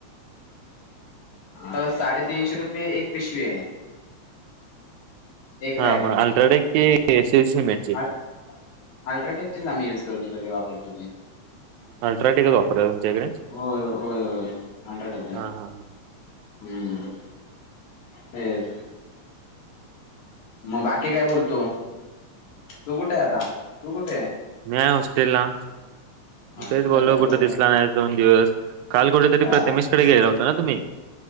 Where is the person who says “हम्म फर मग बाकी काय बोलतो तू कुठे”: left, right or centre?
Left